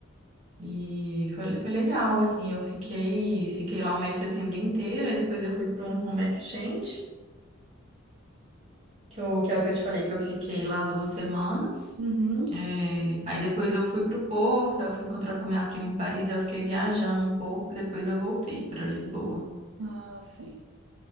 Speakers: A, on the right (about 30°); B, on the right (about 75°).
A: E foi, foi legal, assim, eu fiquei, fiquei lá o mês de setembro inteiro, e depois eu fui para um home exchange, que, eu, que é o que eu te falei que eu fiquei lá duas semanas.
B: Uhum.
A: É, aí depois eu fui para o Porto, aí eu fui encontrar com a minha prima em Paris, aí eu fiquei viajando um pouco, depois eu voltei para Lisboa.
B: Ah, sim.